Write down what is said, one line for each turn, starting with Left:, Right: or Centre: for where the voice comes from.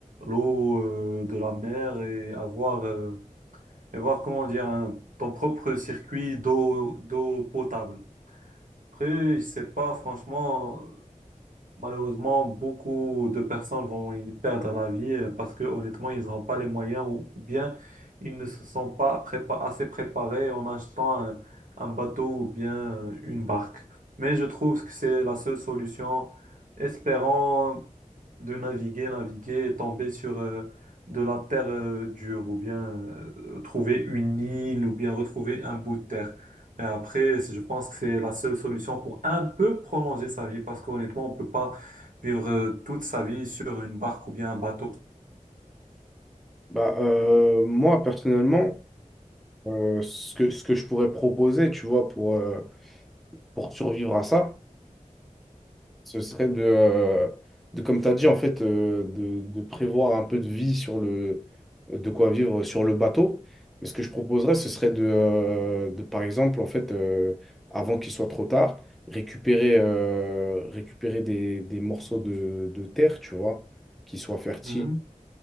Right: l'eau euh, de la mer et avoir... euh, et voir comment dire un- ton propre circuit d'eau d'eau potable. Après, je sais pas, franchement, Malheureusement, beaucoup de personnes vont y perdre la vie euh, parce que honnêtement, ils n'ont pas les moyens ou bien ils ne se sont pas prépa- assez préparés en achetant un, un bateau ou bien euh, une barque. Mais je trouve que c'est la seule solution, espérant de naviguer, naviguer et tomber sur euh, de la terre euh, dure ou bien euh, trouver une île ou bien retrouver un bout de terre. Et après, c'est- je pense que c'est la seule solution pour un peu prolonger sa vie, parce qu'honnêtement, on peut pas vivre euh, toute sa vie sur une barque ou bien un bateau.
Centre: Bah, euh, moi, personnellement, euh, ce que, ce que je pourrais proposer, tu vois, pour, euh, pour survivre à ça, ce serait de, euh, de comme tu as dit, en fait, euh, de, de prévoir un peu de vie sur le, euh, de quoi vivre sur le bateau. Mais ce que je proposerais, ce serait de, euh, de par exemple, en fait, euh, avant qu'il soit trop tard, récupérer, euh, récupérer des, des morceaux de, de terre, tu vois, qui soient fertiles,
Right: Mhm,